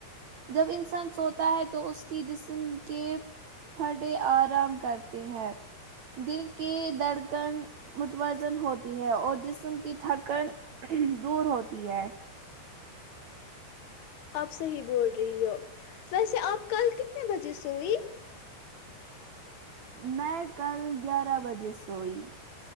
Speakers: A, on the right; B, on the left.
A: جب انسان سوتا ہے تو اس کی جسم کے پھڑے آرام کرتے ہے دل کے دھڑکن متوازن ہوتی ہے اور جسم کی تھکن دور ہوتی ہے
B: آپ صحیح بول رہی ہو ویسے آپ کل کتنے بجے سوئی
A: میں کل گیارہ بجے سوئی